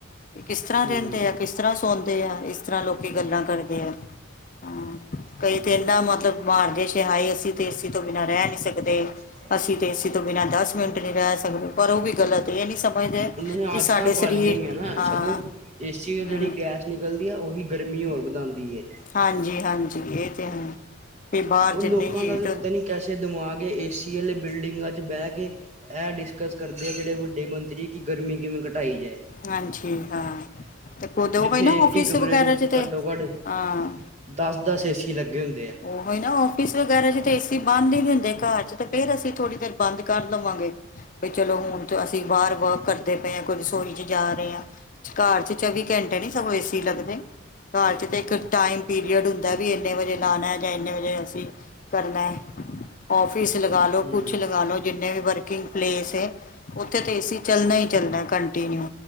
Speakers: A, on the left; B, on the right.
A: ਕਿਸ ਤਰ੍ਹਾਂ
B: ਹੂੰ।
A: ਰਹਿੰਦੇ ਆ! ਕਿਸ ਤਰ੍ਹਾਂ ਸੌਣਦੇ ਆ, ਇਸ ਤਰ੍ਹਾਂ ਲੋਕੀ ਗੱਲਾਂ ਕਰਦੇ ਆ। ਹਾਂ ਕਈ ਤੇ ਇਹਨਾ ਮਤਲਬ ਮਾਰਦੇੇ ਸੀ ਹਾਏ, ਅਸੀਂ ਤੇ ਏਸੀ ਤੋਂ ਬਿਨਾਂ ਰਹਿ ਨਹੀਂ ਸਕਦੇ।
B: ਹੂੰ।
A: ਅਤੇ ਏ ਸੀਂ ਤੋਂ ਬਿਨਾਂ ਦਸ ਮਿੰਟ ਨਹੀਂ ਰਹਿ ਸਕਦੇ, ਪਰ ਉਹ ਵੀ ਗਲਤ ਇਹ ਨਹੀਂ ਸਮਝਦੇ
B: ਇਹਨਾਂ ਨੇ ਆਦਤਾਂ
A: ਕਿ ਸਾਡੇ
B: ਪਾ
A: ਸਰੀਰ
B: ਲਈਆਂ ਹੋਈਆਂ ਨਾ,
A: ਹਾਂ
B: ਸਗੋਂ ਏਸੀ ਚੋਂ
A: ਹਮ
B: ਜਿਹੜੀ ਗੈਸ ਨਿਕਲਦੀ ਆ ਉਹੀ ਗਰਮੀ ਹੋਰ ਵਧਾਉਂਦੀ ਏ।
A: ਹਾਂਜੀ ਹਾਂਜੀ ਇਹ ਤੇ ਹੈ, ਵੀ ਬਾਹਰ
B: ਉਹ
A: ਜਿੰਨੇ
B: ਲੋਕਾਂ
A: ਹੀਟ
B: ਦਾ ਵੀ ਪਤਾ ਨੀ ਕੈਸੇ ਦਿਮਾਗ ਏਸੀ ਵਾਲੇ ਬਿਲਡਿੰਗਾਂ 'ਚ ਬਹਿ ਕੇ, ਇਹ ਡਿਸਕਸ ਕਰਦੇ ਆ ਜਿਹੜੇ ਵੱਡੇ ਮੰਤਰੀ ਕਿ ਗਰਮੀ ਕਿਵੇਂ ਘਟਾਈ ਜਾਏ।
A: ਹਾਂਜੀ ਹਾਂ ਤੇ ਖੁਦ ਉਹ
B: ਜਿੱਥੇ
A: ਨਾ
B: ਇੱਕ
A: ਆਫਿਸ
B: ਹੀ ਕਮਰੇ
A: ਵਗੈਰਾ
B: 'ਚ
A: ਤੇ
B: ਘੱਟੋ ਘੱਟ
A: ਹਾਂ
B: ਦਸ ਦਸ ਏਸੀ ਲੱਗੇ ਹੁੰਦੇ ਹੈ।
A: ਉਹੀ ਨਾ ਔਫਿਸ ਵਗੈਰਾ'ਚ ਤਾਂ ਏਸੀ ਬੰਦ ਹੀ ਨੀ ਹੁੰਦੇ, ਘਰ 'ਚ ਤਾਂ ਫੇਰ ਅਸੀਂ ਥੋੜੀ ਦੇਰ ਬੰਦ ਕਰ ਦੇਵਾਂਗੇ। ਵੀ ਚਲੋ ਹੁਣ ਤੇ ਅਸੀਂ ਬਾਹਰ ਵਰਕ ਕਰਦੇ ਪਏ ਹਾਂ ਕੋਈ ਰਸੋਈ ਵਿੱਚ ਜਾ ਰਹੇ ਹਾਂ ਘਰ 'ਚ ਚੌਵੀ ਘੰਟੇ ਨੀ ਸਗੋਂ ਏਸੀ ਲੱਗਦੇ, ਘਰ 'ਚ ਤੇ ਇੱਕ ਟਾਈਮ ਪੀਰੀਅਡ ਹੁੰਦਾ ਵੀ ਇੰਨੇ ਵਜੇ ਲਾਉਣਾ ਜਾਂ ਇੰਨੇ ਵਜੇ ਅਸੀਂ ਕਰਨਾ। ਔਫਿਸ ਲਗਾ ਲਉ,
B: ਹੂੰ
A: ਕੁਛ ਲਗਾ ਲਓ, ਜਿੰਨੇ ਵੀ ਵਰਕਿੰਗ ਪਲੇਸ ਹੈ ਉੱਥੇ ਤੇ ਏਸੀ ਚੱਲਣਾ ਹੀ ਚੱਲਣਾ ਕੰਟੀਨਿਊ